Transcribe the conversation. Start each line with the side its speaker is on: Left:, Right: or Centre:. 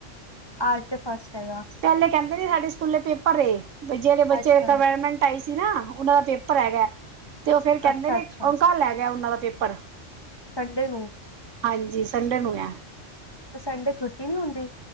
Left: ਅ ਤੇ ਫਸਟ ਟਾਈਮ
Right: ਪੈਲੇ ਕੈਂਦੇ ਹੀ ਸਾਡੇ ਸਕੂਲੇ ਪੇਪਰ ਏ। ਬਈ ਜੇੜੇ ਬੱਚੇ
Left: ਅੱਛਾ
Right: ਦੇ ਏੱਕ ਐਵਾਇਰਮੈਂ ਟ ਆਈ ਸੀ ਨਾ, ਓਨਾਂ ਦਾ ਪੇਪਰ ਹੈਗੈ ਤੇ ਓ ਫੇਰ ਕੈਂਦੇ
Left: ਅੱਛਾ
Right: ਨੇ
Left: ਅੱਛਾ
Right: ਏੱਕ ਅ, ਕਲ ਹੈਗੈ ਓਨਾਂ ਦਾ ਪੇਪਰ।
Left: ਸੰਡੇ ਨੂੰ।
Right: ਹਾਂਜੀ, ਸੰਡੇ ਨੂੰ ਈ ਐ।
Left: ਤੇ ਸੰਡੇ ਛੁੱਟੀ ਨੀ ਹੁੰਦੀ।